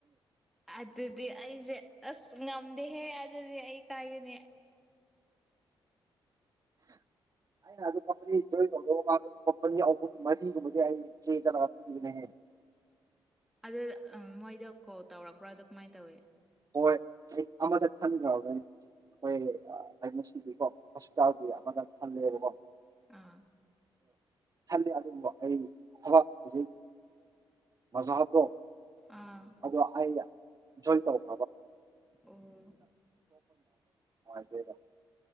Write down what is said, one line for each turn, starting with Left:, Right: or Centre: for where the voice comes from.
Centre: ꯑꯗꯨ ꯑꯗꯨꯗꯤ ꯑꯩꯁꯦ ꯑꯁ ꯉꯝꯗꯦꯍꯦ ꯑꯗꯨꯗꯤ ꯑꯩ ꯀꯥꯏꯒꯅꯦ
Right: ꯑꯩꯅ ꯑꯗꯨ ꯀꯝꯄꯅꯤ ꯖꯣꯏꯟ ꯇꯧꯖꯧꯕ ꯃꯥ ꯀꯝꯄꯅꯤ ꯑꯍꯨꯝ ꯃꯔꯤꯒꯨꯝꯕꯗꯤ ꯑꯩ ꯆꯦꯟꯖꯔꯒ ꯄꯤꯕꯅꯦ
Centre: ꯑꯗꯨ ꯑ ꯃꯣꯏꯗꯣ ꯀꯣꯜ ꯇꯧꯔꯛꯄ꯭ꯔꯥ ꯑꯗꯨ ꯀꯃꯥꯏꯅ ꯇꯧꯏꯤ
Right: ꯑꯣ ꯑꯃꯗ ꯈꯟꯒꯎꯒꯅꯤ ꯑꯩꯈꯣꯏ ꯉꯥꯁꯤꯗꯤꯀꯣ ꯍꯣꯁꯄꯤꯇꯥꯜꯒꯤ ꯑꯃꯗ ꯑꯟꯅꯔꯃ
Centre: ꯑꯥ
Right: ꯊꯗ ꯑꯗꯨꯨꯝꯕ ꯑꯩꯒꯤ ꯊꯕꯛ ꯍꯧꯖꯤꯛ ꯃꯖꯥꯇꯣ
Centre: ꯑꯥ
Right: ꯑꯗꯣ ꯑꯩꯅ ꯏꯟꯖꯣꯏ ꯇꯧꯕ
Centre: ꯑꯣ
Right: ꯑꯗꯗ